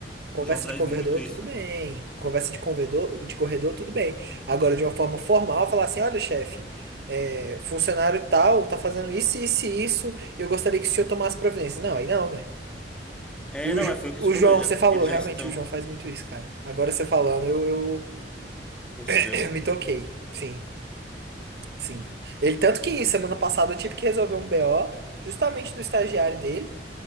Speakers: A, on the right; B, in the centre.
A: conversa
B: o João traz
A: de corredor,
B: muito isso.
A: tudo bem. Conversa de corredor, de corredor, tudo bem. Agora, de uma forma formal, falar assim: olha, chefe, é, funcionário tal tá fazendo isso, isso e isso, e eu gostaria que o senhor tomasse providência. Não, aí não, né?
B: É,
A: E o,
B: não,
A: Jo-
B: é, foi o que
A: o
B: você falou,
A: João,
B: eles já,
A: você falou,
B: eles
A: realmente,
B: já estão,
A: o João faz muito isso, cara. Agora você falando, eu, eu
B: percebeu?
A: <clears throat> eu me toquei. Sim, sim.
B: É.
A: Ele, tanto que semana passada eu tive que resolver um BO justamente do estagiário dele,